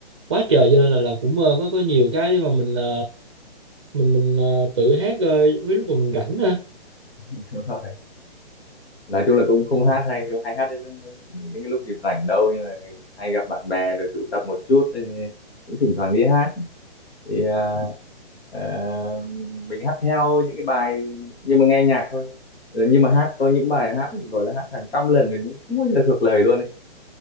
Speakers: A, on the right; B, on the left.
A: quá trời cho nên là là cũng ờ, có có nhiều cái để mà mình ờ, mình mình ờ, tự hát ờ, mấy lúc mà mình rảnh ha.
B: <laughs> đúng rồi nói chung là cũng không
A: Ừ.
B: hát hay không hay hát đến những cái lúc dịp rảnh đâu nhưng mà hay gặp bạn bè rồi tụ tập một chút thì cũng thỉnh thoảng đi hát thì à, à, mình hát theo những cái bài nhưng mà nghe nhạc thôi Ừ, nhưng mà hát có những bài hát gọi là hát hàng trăm lần rồi nhưng không bao giờ thuộc lời luôn ấy